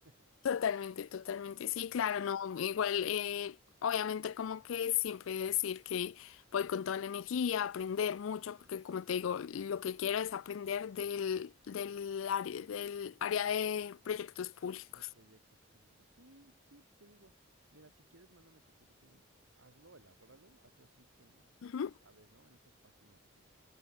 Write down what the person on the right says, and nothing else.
<laughs>
Sí.
De proyectos públicos. Sí, sí, pues te digo, mira, si quieres, mándame tu currículum, hazlo, elabóralo, hazlo así con,
pues ya sabes, ¿no? En estas páginas que,